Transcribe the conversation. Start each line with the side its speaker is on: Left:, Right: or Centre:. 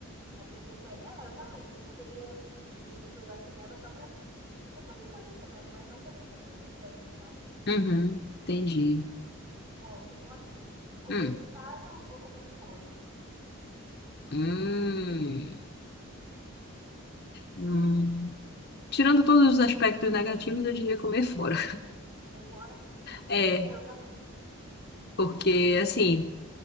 Right: Aí você prefere. É, eu também. Tipo, eu queria ir pra esses lugares que neva só pra mim. Só pra me conhecer mesmo. Mas não que eu preferi o inverno, sabe?
Left: Uhum, entendi.
Right: Uhum. Ó, tem um aqui. Comer
Left: Hum,
Right: em casa ou comer fora?
Left: hum, hum. Tirando todos os aspectos negativos, eu diria comer fora.
Right: Comer fora?
Left: É,
Right: É, eu também.
Left: porque assim.